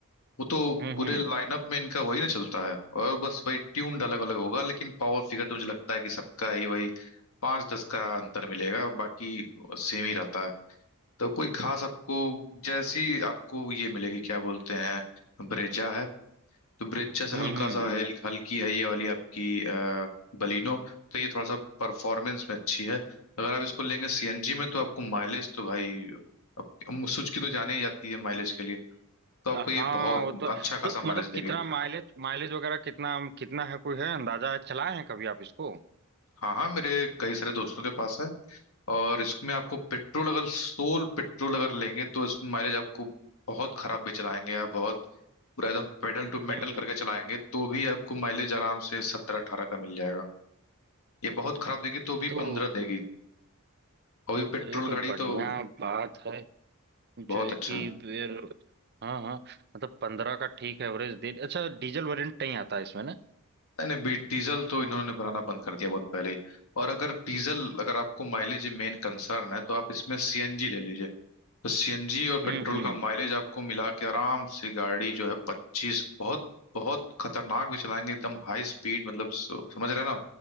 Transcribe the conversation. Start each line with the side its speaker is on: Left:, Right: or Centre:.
Left: वो तो
Right: हम्म
Left: पूरे
Right: हम्म
Left: लाइनअप में इनका वही ना चलता है और बस वही ट्यून अलग अलग होगा लेकिन पावर फिगर तो मुझे लगता है कि सबका ही वही पाँच दस का अंतर मिलेगा बाकी सेम ही रहता है तो कोई खास आपको जैसी आपको ये मिलेगी क्या बोलते हैं ब्रेजा है तो ब्रिज जैसे
Right: हम्म
Left: हल्का
Right: हम्म
Left: सा हल, हल्की है ये वाली आपकी आ, बलिनो तो ये थोड़ा सा परफॉर्मेंस में अच्छी है अगर आप इसको लेंगे सीएनजी में तो आपको माइलेज तो भाई अब सुजुकी तो जाने ही जाती है माइलेज के लिए तो आपको ये
Right: हाँ
Left: बहुत
Right: वो तो
Left: अच्छा खासा
Right: तो
Left: माइलेज
Right: मतलब
Left: देगी
Right: कितना माइलेज माइलेज वगैरह कितना कितना है कोई है अंदाजा है चलाए हैं कभी आप इसको
Left: हाँ हाँ मेरे कई सारे दोस्तों के पास है और इसमें आपको पेट्रोल अगर सोल पेट्रोल अगर लेंगे तो इसमें माइलेज आपको बहुत खराब भी चलाएंगे आप बहुत पूरा एकदम पेडल टू मेटल
Right: हम्म
Left: करके चलाएंगे तो भी आपको माइलेज आराम से सत्रह अठारह का मिल जाएगा ये बहुत खराब देगी
Right: हम्म
Left: तो भी
Right: तो
Left: पंद्रह देगी और ये पेट्रोल
Right: अरे ये तो
Left: गाड़ी
Right: बढ़िया
Left: तो
Right: बात है जो
Left: बहुत
Right: है
Left: अच्छा
Right: कि
Left: है।
Right: फिर हाँ हाँ मतलब पंद्रह का ठीक एवरेज दे अच्छा डीजल वेरिएंट नहीं आता है इसमें ना
Left: नहीं नहीं बी- डीजल तो इन्होंने बनाना बंद कर दिया बहुत पहले ही और अगर डीजल अगर आपको माइलेज मेन कंसर्न है तो आप इसमें सीएनजी ले लीजिए तो सीएनजी और
Right: हम्म
Left: पेट्रोल
Right: हम्म
Left: का माइलेज आपको मिला के आराम से गाड़ी जो है पच्चीस बहुत बहुत खतरनाक भी चलाएंगे एकदम हाई स्पीड मतलब सो- समझ रहे हैं ना